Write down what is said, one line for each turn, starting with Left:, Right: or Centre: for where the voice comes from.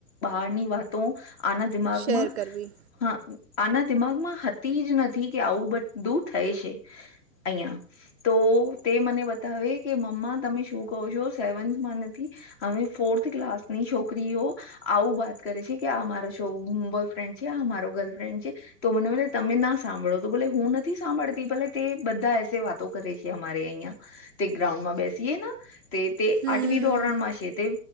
Left: બહારની વાતો આના દિમાગમાં
Right: શેર કરવી
Left: હ આના દિમાગમાં તી જ નથી કે આવું બ દું થય છે અહિંયા તો તે મને બતાવે કે મમ્મા તમે શું કહો છો સેવન્થમાં નથી હમે ફોર્થ ક્લાસની છોકરીઓ આવું વાત કરે છે કે આ મારો શ બોયફ્રેન્ડ છે આ મારો ગર્લફ્રેન્ડ છે તો મને મ તમે ના સાંભળો તો ભલે હું નથી સાંભળતી ભલે તે બધા એસે વાતો કરે છે અમારે અહિયાં તે ગ્રાઉન્ડમાં બેસીએ ને તે તે
Right: હમ
Left: આઠમ ધોરણ માં છે તે